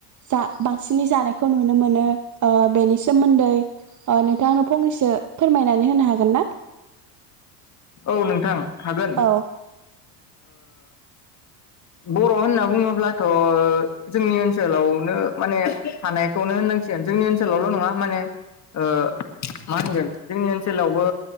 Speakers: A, on the right (about 40°); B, on the left (about 35°).
A: जा बांसिनै जानायखौ नुनो मोनो ओ बेनि सोमोन्दै ओ नोंथांआ आंनो फंनैसो फोरमायनानै होनो हागोन ना?
B: औ नोंथां। हागोन।
A: औ
B: बर' होनना बुङोब्लाथ' जोंनि ओनसोलावनो ओ माने थानायखौनो होननांसिगोन। जोंनि ओनसोलावल' नङा माने ओ मा होनगोन जोंनि ओनसोलावबो